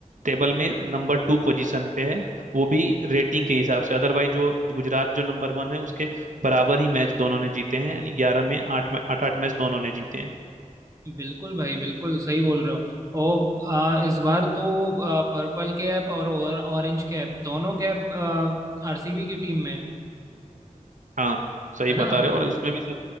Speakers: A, on the right (about 70°); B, on the right (about 25°).
A: टेबल में नंबर टू पोजीशन पे है वो भी रेटिंग के हिसाब से अदरवाइज जो गुजरात जो नंबर वन है उसके बराबर ही मैच दोनों ने जीते हैं यानी ग्यारह में आठ में आठ आठ मैच दोनों ने जीते हैं
B: बिल्कुल भाई बिल्कुल सही बोल रहे हो ओ आ, इस बार तो आ, पर्पल कैप और, और ऑरेंज कैप दोनों कैप आरसीबी की टीम में
A: हाँ सही
B: है
A: बता
B: ना
A: रहे हो और इसमें भी सब